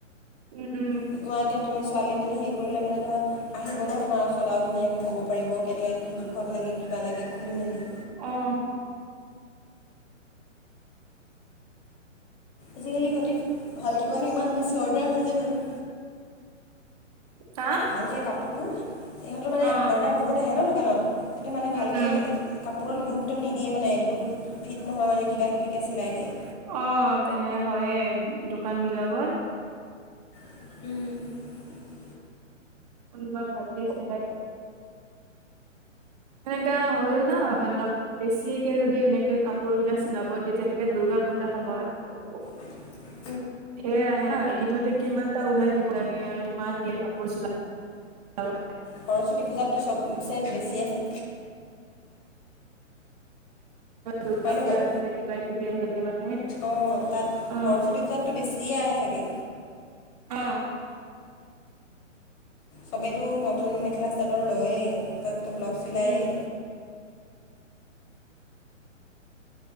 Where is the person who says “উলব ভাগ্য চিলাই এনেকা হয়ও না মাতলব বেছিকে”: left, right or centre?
Right